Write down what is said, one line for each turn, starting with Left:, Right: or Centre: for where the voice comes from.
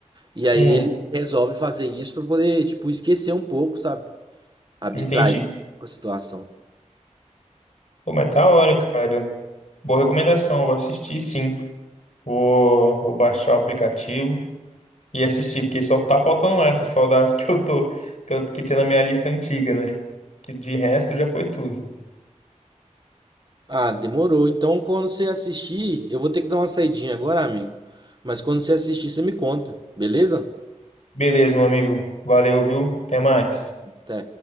Right: e aí
Left: hum,
Right: ele resolve fazer isso pra poder, tipo, esquecer um pouco, sabe? Abstrair
Left: entendi.
Right: um pouco a situação.
Left: Pô, mas da hora, cara. Boa recomendação, eu vou assistir sim. Vou, vou baixar o aplicativo e assistir, porque só tá faltando essa, só das <laughs> que eu tô, que, eu- que tinha na minha lista antiga, né? Que de resto já foi tudo.
Right: Ah, demorou. Então, quando você assistir, eu vou ter que dar uma saidinha agora, amigo. Mas quando você assistir, você me conta, beleza?
Left: Beleza, meu amigo. Valeu, viu? Até mais.
Right: Até.